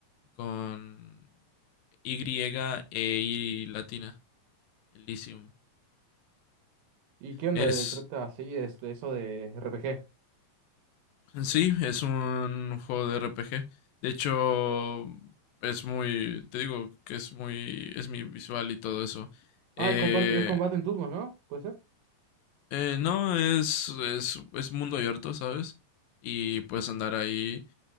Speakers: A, on the left; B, on the right.
A: con Y e I latina, Elysium.
B: ¿Y qué onda
A: Es,
B: de trata así es de eso de RPG?
A: sí, es un juego de RPG. De hecho, es muy, te digo que es muy, es mi visual y todo eso.
B: Ah,
A: Eh,
B: es comparte, es combate en turnos, ¿no? ¿Puede ser?
A: eh, no, es, es, es mundo abierto, ¿sabes? Y puedes andar ahí